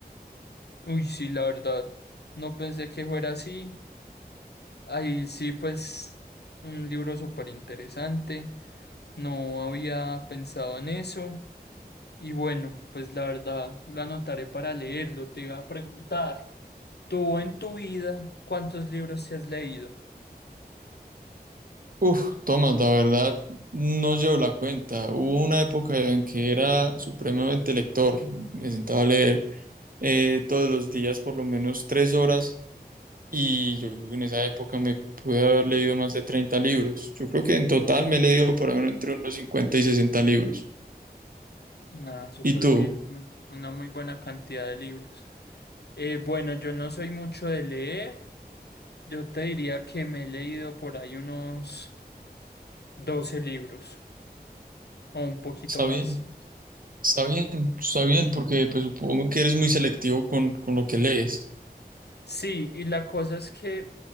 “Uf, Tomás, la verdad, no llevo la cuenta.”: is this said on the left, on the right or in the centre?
Right